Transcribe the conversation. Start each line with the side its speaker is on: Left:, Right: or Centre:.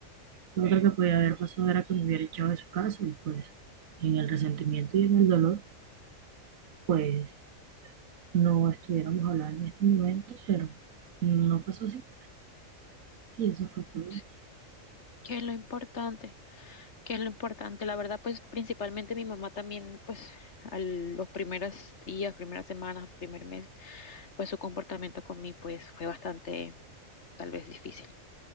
Right: Yo creo que podía haber pasado era que me hubiera echado de su casa y pues en el resentimiento y en el dolor, pues no estuviéramos hablando en este momento, pero no pasó así y eso fue todo.
Left: Sí, ¿Qué es lo importante? que es lo importante. La verdad, pues principalmente mi mamá también, pues a los primeros días, primeras semanas, primer mes, pues su comportamiento con mí, pues fue bastante, tal vez difícil.